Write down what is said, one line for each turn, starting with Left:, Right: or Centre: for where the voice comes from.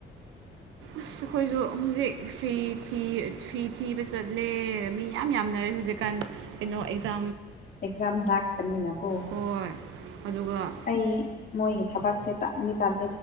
Right: ꯑꯁ ꯑꯩꯈꯣꯏꯁꯨ ꯍꯧꯖꯤꯛ ꯐꯤ ꯐꯤ ꯊꯤꯕ ꯆꯠꯂꯦ ꯃꯤ ꯌꯥꯝ ꯌꯥꯝꯅꯔꯦ ꯍꯧꯖꯤꯛ ꯀ ꯀꯩꯅꯣ ꯑꯦꯛꯖꯥ
Left: ꯑꯦꯛꯖꯥꯝ ꯂꯥꯛꯄꯅꯤꯅꯀꯣ
Right: ꯍꯣꯏ ꯑꯗꯨꯒ
Left: ꯑꯩ ꯃꯣꯏꯒꯤ ꯊꯕꯛꯁꯦ ꯇꯥꯛꯅꯤ ꯇꯥꯟ